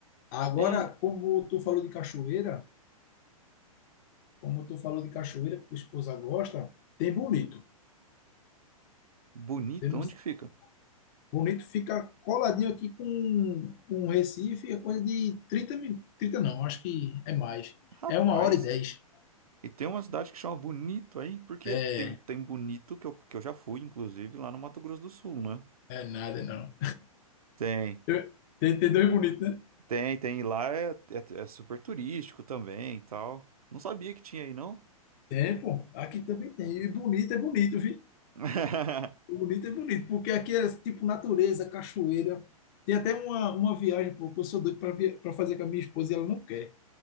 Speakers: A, on the left; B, on the right.
A: Agora,
B: E
A: como tu falou de cachoeira. como tu falou de cachoeira, que tua esposa gosta, tem bonito.
B: Bonito,
A: Tem no-
B: onde que fica?
A: bonito fica coladinho aqui com, com Recife, é coisa de 30 minutos. trinta não, acho que é mais.
B: Rapaz.
A: É uma hora e dez.
B: E tem uma cidade que chama Bonito aí, porque
A: É,
B: tem, tem Bonito, que eu, que eu já fui, inclusive, lá no Mato Grosso do Sul, né?
A: é nada, não.
B: Tem.
A: Eu- Tem, tem dois bonitos, né?
B: Tem, tem. E Lá é, é, é super turístico também e tal. Não sabia que tinha aí, não?
A: Tem, pô. Aqui também tem. E bonito é bonito, viu?
B: <laughs>
A: Bonito é bonito, porque aqui é tipo natureza, cachoeira. Tem até uma, uma viagem, pô, que eu sou doido para fazer com a minha esposa e ela não quer.